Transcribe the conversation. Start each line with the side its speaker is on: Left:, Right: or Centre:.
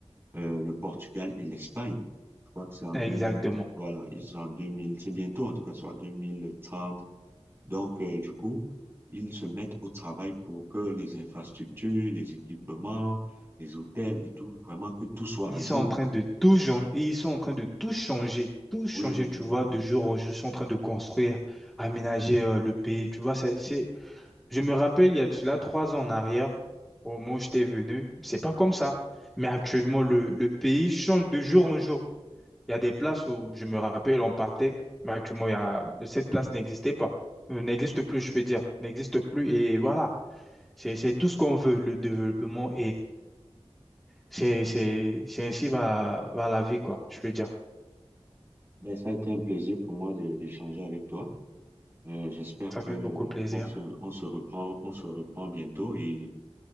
Right: euh, le Portugal et l'Espagne. Je crois que c'est en
Centre: Exactement.
Right: 2000, voilà, ils sont en 2000. c'est bientôt en tout cas, soit 2030. Donc, euh, du coup, ils se mettent au travail pour que les infrastructures, les équipements, les hôtels et tout, vraiment que tout soit
Centre: Ils
Right: à jour.
Centre: sont en train de tout changer, ils sont en train de tout changer, tout changer,
Right: Oui, oui, oui,
Centre: tu vois,
Right: oui. oui.
Centre: de jour en jour, ils sont en train de construire, aménager euh, le pays, tu vois, ça, c'est, je me rappelle, il y a de cela trois ans en arrière, au moment où j'étais venu, c'est pas comme ça. Mais actuellement, le, le pays change de jour en jour. Il y a des places où, je me rappelle, on partait, mais actuellement, il y a, cette place n'existait pas, Euh, n'existe plus, je peux dire, n'existe plus, et voilà, c'est, c'est tout ce qu'on veut, le développement C'est, c'est, c'est ainsi va, va la vie, quoi, je peux dire.
Right: Ben, ça a été un plaisir pour moi de- d'échanger avec toi. Euh, j'espère
Centre: Ça
Right: que,
Centre: fait
Right: euh,
Centre: beaucoup plaisir.
Right: on se, on se reprend, on se reprend bientôt et